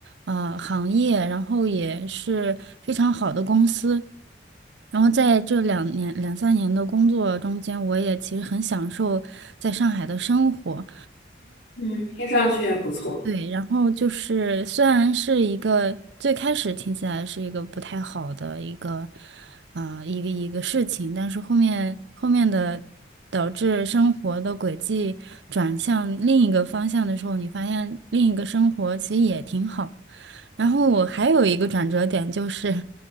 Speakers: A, on the right (about 80°); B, on the left (about 90°).
A: 呃行业，然后也是非常好的公司。然后在这两年两三年的工作中间，我也其实很享受在上海的生活。
B: 嗯，听上去也不错。
A: 对，然后就是虽然是一个最开始听起来是一个不太好的一个，呃，一个一个事情，但是后面后面的导致生活的轨迹转向另一个方向的时候，你发现另一个生活其实也挺好。然后我还有一个转折点就是